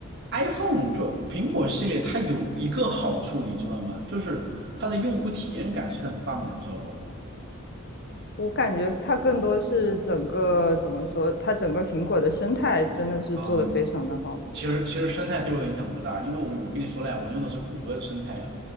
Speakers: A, on the right; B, on the left.
A: iPhone 就苹果系列它有一个好处，你知道吗？就是它的用户体验感是很棒的，你知道不？
B: 我感觉它更多是整个怎么说，它整个苹果的生态真的是做得非常的好。
A: 啊、其实其实生态对我的影响不大，因为我我跟你说了呀，我用的是谷歌的生态啊，